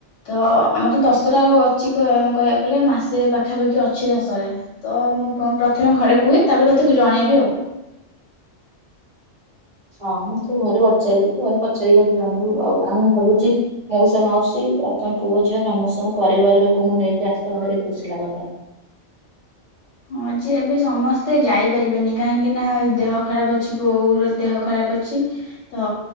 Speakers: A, on the left; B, on the right.
A: ତ ଆମର ତ ଦଶରା ଅଛି କହି କହିବାକୁ ଗଲେ ମାସେ ପାଖାପାଖି ଅଛି ଦଶହରା ତ ମୁଁ ପ୍ରଥମେ ଘରେ କୁହେ ତାପରେ ତ ତାକୁ ଜଣେଇବି ଆଉ।
B: ହଁ ତୁ ଘରେ ପଚାରିବୁ ତୁ ଘରେ ପଚାରି ମୋତେ ଜଣେଇବୁ ଆଉ ଆମେ ଭାବୁଚି ମଉସା ମାଉସୀ ଆଉ ତମ ପୁଅ ଝିଅ ସମସ୍ତଙ୍କୁ ପରିବାର ଲୋକଙ୍କୁ ନେଇକି ଆସ୍ସ୍ଥାନ୍ତୁ ନା କରି ଖୁସି ଲାଗନ୍ତା।
A: ହଁଯେ ଏବେ ସମସ୍ତେ ଯାଇପାରିବେନି କାହିଁକି ନା ଦେହ ଖରାପ ଅଛି ବୋଉର ଦେହ ଖରାପ ଅଛି ତ